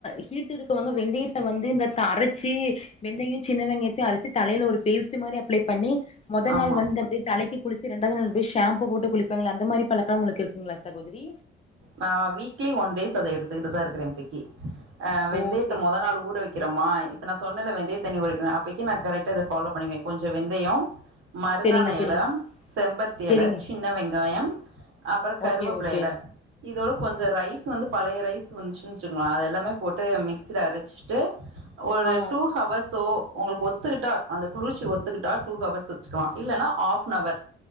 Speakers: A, on the left (about 30°); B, on the right (about 80°).
A: ஹீட் இருக் கவங்க வெந்தயத்த வந்து இந்த அரச்சி வெந்தயோ சின்ன வெங்கயத்தையு அரச்சி தலையில ஒரு பேஸ்ட்டு மாரி அப்ளே பண்ணி முத
B: ஆமாம்
A: நாள் வந்து அப்டே தலைக்கு குளிச்சு இண்டாவது நாள் அப்டியே ஷாம்பு போட்டு குளிப்பாங்க அந்த மாரி பழக் தோங்களுக்கு இருங்குங்களா சகோதரி
B: நா வீக்லி ஒன் டேஸ் அத எடுத்துக்கிட்டு தா இருக்கிறே இப்பக்கி அஹ வெந்தயத்த
A: ஓ செரிங்க
B: மொத நாள் ஊற வக்கிறமா இப் இப்ப நா சொன்னேல வெந்தய தண்ணி ஊற வைக்கணு அப்பைக்கு நா கரெக்டா இத ஃபலோ பண்ணிக்குவே கொஞ்சோ வெந்தையோம் மருதாணி
A: செரிங்க செரிங்க
B: எல செம்பத்தி
A: செரிங்க
B: எல சின்ன வெங்காயம் அப்றோ கருவேப்பில்ல
A: ஓகே ஓகே
B: எல இதோடு கொஞ்சோ ரைஸ் வந்து பழைய ரைஸ் வந்துச்சுன்னு வச்சுகோங்க அத எல்லாமே போட்டு மிக்சியில அரச்சுட்டு இ ஒரு
A: ஆ
B: டூஹவர்சோ உங்களுக்கு ஒத்துக்கிட்டா அந்த குளிர்ச்சி ஒத்துக்கிட்டா டூ ஹவர்ஸ் வச்சுக்கலா இல்லன்னா ஹஃப்னவர்